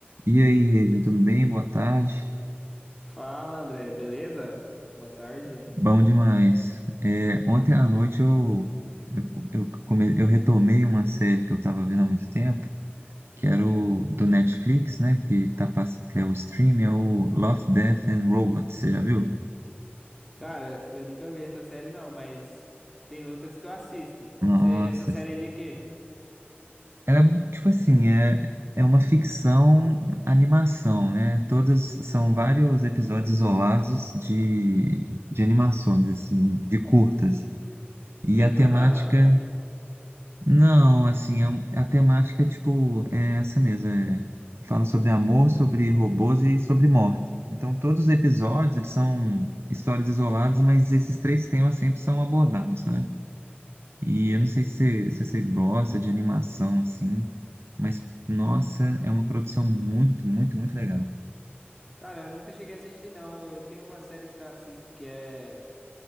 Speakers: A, on the right; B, in the centre.
A: E aí, Regia, tudo bem? Boa tarde.
B: Fala, André, beleza? Boa tarde.
A: Bom demais. É, ontem à noite eu, eu, eu, come- eu retomei uma série que eu estava vendo há muito tempo, que era o do Netflix, né? Que, tá, pass- que é o stream, é o Love, Death and Robots. Você já viu?
B: Cara, eu nunca vi essa série não, mas tem outras que eu assisto.
A: Nossa.
B: Cê- essa série é de quê?
A: É, tipo assim, é, é uma ficção animação, né? Todas são vários episódios isolados de, de animações, assim, de curtas. E
B: Meio
A: a temática.
B: dorama?
A: Não, assim, é um- é a temática, tipo, é essa mesmo. é- fala sobre amor, sobre robôs e sobre morte. Então, todos os episódios, eles são histórias isoladas, mas esses três temas sempre são abordados, sabe? E
B: Sei.
A: eu não sei se você, se você gosta de animação, assim, mas, nossa, é uma produção muito, muito, muito legal.
B: Cara, eu nunca cheguei a assistir não. Eu tenho umas séries que eu assisto que é